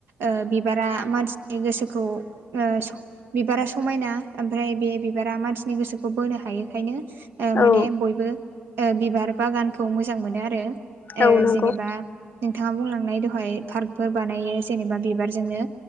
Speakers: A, on the right (about 80°); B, on the left (about 50°).
A: ओ बिबारा मानसिनि गोसोखौ ओ बिबारा समायना ओमफ्राय बे बिबारा मानसिनि गोसोखौ बोनो हायोखायनो ओ
B: औ
A: माने बयबो ओ बिबार बागानखौ मोजां मोनो आरो ओ
B: औ नंगौ
A: जेनेबा नोंथाङा बुंलांनाय दहाय पार्कफोर बानायो जेनेबा बिबारजोंनो